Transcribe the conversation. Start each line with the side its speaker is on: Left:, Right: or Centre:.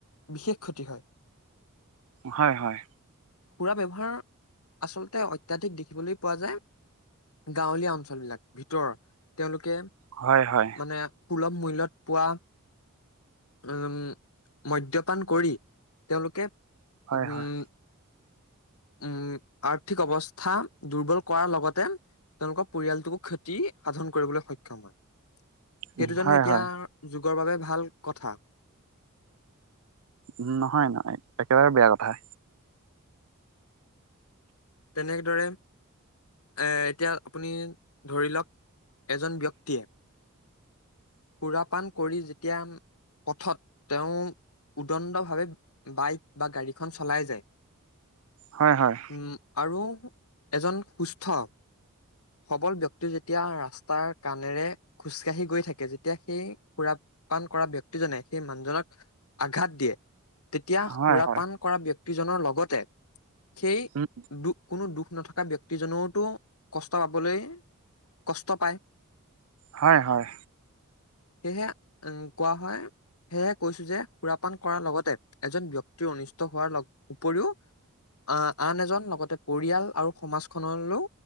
Left: বিশেষ ক্ষতি হয়।
Right: হয়, হয়।
Left: সুৰা ব্যৱহাৰ, আচলতে অত্যাধিক দেখিবলৈ পোৱা যায় গাঁৱলীয়া অঞ্চল বিলাক, ভিতৰৰ। তেওঁলোকে
Right: হয় হয়
Left: মানে, সুলভ মূল্যত পোৱা, উম। মদ্যপান কৰি, তেওঁলোকে
Right: হয়
Left: উম।
Right: হয়
Left: উম, আৰ্থিক অৱস্থা দুৰ্বল কৰাৰ লগতে তেওঁলোকৰ পৰিয়ালটোকো ক্ষতি সাধন কৰিবলৈ সক্ষম হয়। সেইটো
Right: উম
Left: জানো,
Right: হয়
Left: এতিয়া
Right: হয়
Left: যুগৰ বাবে ভাল কথা।
Right: উম, নহয়, নহয় একেবাৰে বেয়া কথা।
Left: তেনেদৰে এ এতিয়া আপুনি ধৰি লওক, এজন ব্যক্তিয়ে সুৰাপান কৰি যেতিয়া পথত, তেওঁ উদণ্ড ভাৱে বাইক বা গাড়ীখন চলাই যায়। <inaudible>
Right: হয়, হয়।
Left: উম, আৰু এজন সুস্থ সবল ব্যক্তি যেতিয়া, ৰাস্তাৰ কাণেৰে খোজকাাঢ়ি গৈ থাকে যেতিয়া সেই সুৰাপান কৰা ব্যক্তিজনে সেই মানুহজনক আঘাত দিয়ে তেতিয়া সুৰাপান
Right: হয় হয়
Left: কৰা ব্যক্তিজনৰ লগতে সেই
Right: উম
Left: দুক কোনো দুখ নথকা ব্যক্তিজনেওতো কষ্ট পাবলৈ কষ্ট পায়
Right: হয় হয়
Left: সেয়েহে উ কোৱা হয় সেয়ে কৈছো যে সুৰাপান কৰাৰ লগতে এজন ব্যয়ক্তিৰ অনিষ্ট হোৱাৰ লগ উপৰিও অ আন এজন ন লগতে পৰিয়াল আৰু সমাজখনলৈও